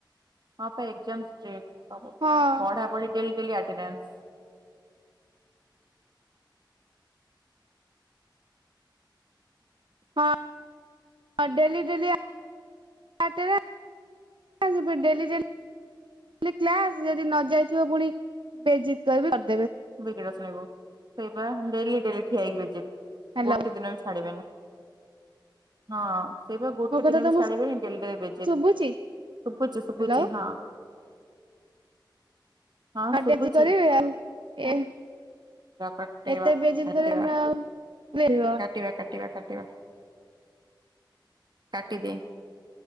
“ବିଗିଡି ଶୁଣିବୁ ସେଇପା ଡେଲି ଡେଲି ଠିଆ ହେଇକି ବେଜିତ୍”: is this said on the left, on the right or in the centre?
Right